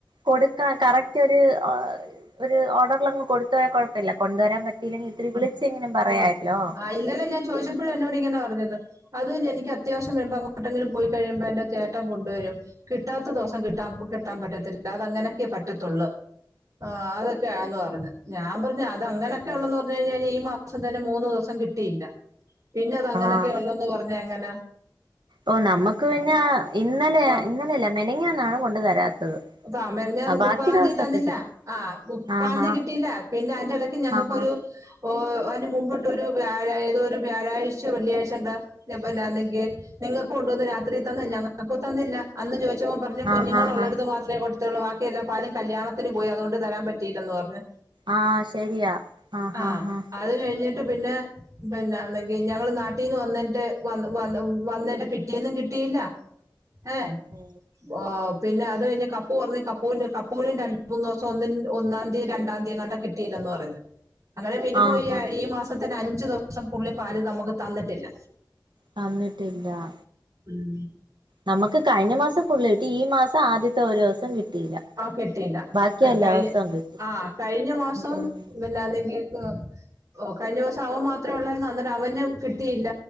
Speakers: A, on the right; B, on the right.
A: കൊടുക്കാൻ കറക്റ്റൊര് ഒര് ഓർഡറിലങ്ങ് കൊട്ത്ത് പോയാൽ കൊഴപ്പല്ല കൊണ്ടുവരാൻ പറ്റിയില്ലെങ്കിൽ ഇത്തിരി വിളിച്ചെങ്കിലും പറയാല്ലോ
B: ഇല്ലോലൊക്കെ ചോയ്ച്ചപ്പഴും എന്നോടിങ്ങനാ പറഞ്ഞത് അത് എനിക്ക് അത്യാവശ്യം വരുമ്പോ അങ്ങോട്ടെങ്കിലും പോയി കഴിയുമ്പോ എന്റെ ചേട്ടൻ കൊണ്ട് വരും കിട്ടാത്ത ദിവസം കിട്ടാ കിട്ടാൻ പറ്റത്തില്ല അതങ്ങനെക്കെ പറ്റത്തുള്ളൂ ആഹ് അതൊക്കെയാന്ന് പറഞ് ഞാൻ പറഞ്ഞു അത് അങ്ങനൊക്കെഉള്ളെന്ന്
A: ആഹ്
B: പറഞ് കഴിഞ്ഞാ ഞ്ഞി മാസം തന്നെ മൂന്നു ദിവസം കിട്ടിയില്ല പിന്നെ അത് അങ്ങനെയൊക്കെ
A: ആഹ്
B: ഉള്ളെന്ന് പറഞ്ഞ എങ്ങനാ
A: ഓ നമ്മുക്ക് പിന്നെ ഇന്നലെയ
B: അപ്പൊ
A: ഇന്നലെല്ല മിനിഞ്ഞാന്നാണ് കൊണ്ടു തരാത്തത്
B: <unintelligible>
A: ആ
B: മുപ്പത്താതി
A: ബാക്കി ദിവസൊക്കെ
B: തന്നില്ല
A: കിട്ടി
B: ആ മുപ്പത്താതി
A: ആഹാ
B: കിട്ടിയില്ല പിന്നെ അയ്ന്റെ ഇടയ്ക്ക് ഞങ്ങൾക്കൊരു-
A: ആഹാ
B: ഓ അതിന് മുൻപത്തൊരു വ്യാഴ ഏതോ ഒരു വ്യാഴാഴ്ച വെള്ളിയാഴ്ച എന്താ- <unintelligible> ല്ലന്നെങ്കിൽ നിങ്ങൾക്ക് കൊണ്ടുവന്ന് രാത്രി തന്ന് ഞങ്ങക്കും തന്നില്ല അന്ന് ചോദിച്ചപ്പൊ പറഞ് കുഞ്ഞുങ്ങൾ
A: ആഹാ
B: ഉള്ളടടുത്ത്
A: ഹാ
B: മാത്ര- ലെ കൊടുത്തുള്ളു ബാക്കിയല്ലാം പാലും കല്യാണത്തിന് പോയി അതുകൊണ്ട് തരാൻ പറ്റിയില്ലന്നു പറഞ്ഞു
A: ആഹ് ശരിയാ അ
B: ആ
A: അ അ
B: അത് കഴിഞ്ഞ്- ട്ട് പിന്നെ പിന്നന്നെങ്കി ഞങ്ങള് നാട്ടിൽന്ന് വന്നിതിന്റെ വന്ന് വന്ന് വന്നിന്റെ പിറ്റേന്നും കിട്ടിയില്ല ഏ
A: ഓ
B: ഓ പിന്നെ അത് കഴിഞ്ഞ് കപ്പു വന്നു കപ്പുന്റെ കപ്പൂനും രണ്ട്- മൂന്ന് ദിവസം ഒ ഒന്നാം തീയതി രണ്ടാം തീയതിയങ്ങാട്ടോ കിട്ടിയില്ലന്ന് പറഞ്ഞു അങ്ങനെ മിനിമം
A: ആഹാ
B: ഈ ഈ മാസം ഇപ്പൊതന്നെ അഞ്ചു ദിവസം പുള്ളി പാല് നമുക്ക് തന്നിട്ടില്ല
A: തന്നിട്ടില്ല-
B: ഉം
A: നമ്മക്ക് കഴിഞ്ഞ മാസം ഫുള്ള് കിട്ടി ഈ മാസം ആദ്യത്തെ ഒരു ദിവസം കിട്ടിയില്ല
B: ആഹ് കെട്ടീയില്ല- <unintelligible>
A: ബാക്കി എല്ലാ ദിവസവും കിട്ടി
B: ആഹ് കഴിഞ്ഞ മാസം-
A: ഉം
B: <unintelligible> ഓ കഴിഞ്ഞ പ്രാവശ്യം അവൻ മാത്രേ ഉള്ളരുന്നു അന്നേരം അവന് കിട്ടിയില്ല